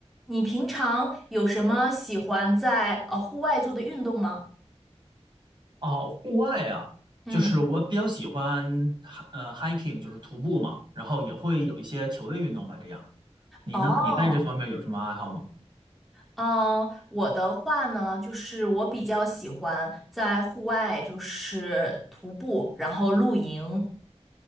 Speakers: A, in the centre; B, on the right.
A: 你平常有什么喜欢在呃户外做的运动吗？
B: 哦，户外啊，
A: 嗯，
B: 就是我比较喜欢，呃，hiking，就是徒步嘛，然后也会有一些球类运动吧，这样。你呢？
A: 哦，
B: 你在这方面有什么爱好吗？
A: 嗯，我的话呢，就是我比较喜欢在户外，就是徒步，然后露营。